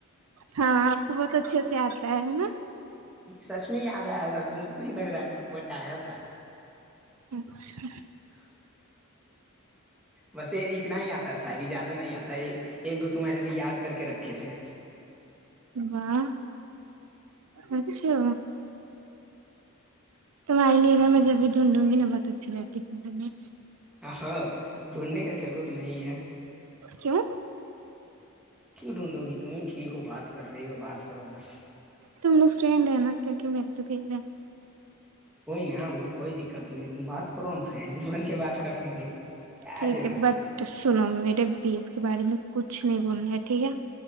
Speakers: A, on the right (about 75°); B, in the centre.
A: ہاں آپ کو بہت اچھے سے آتا ہے نا
B: سچ میں یاد آیا تھا تم کو نہیں لگ رہا ہے بٹ آیا تھا
A: چ
B: ا بس یہ اتنا ہی آتا ہے شاعری زیادہ نہیں آتا ہے ایک دو تمہارے لیے یاد کر کے رکھے تھے
A: واہ اچھا تماراری لےینا میں جب بھی ڈھونڈوں گی نا بہت اچھی لگتی ہے ڈھونڈوں گ میں
B: ااں ڈھونڈنے کا ضرورت نہیں ہے
A: کیوں
B: کیوں ڈھونڈو گی تم ہی ٹھیک ہو بات کر رہی ہو بات کرو بس
A: تم لوگ فرینڈ ہیں نا کیونکہ میرے تو بھیج ہے
B: کوئی نا ہم کو کوئی دقت نہیں تم بات کرو ہم فرینڈلی بن کے بات کر لیں گے کیا
A: ٹھیک
B: ہے ضرورت
A: بٹ
B: کی
A: سنو میرے بیف کے بارے میں کچھ نہیں بولنا ٹھیک ہے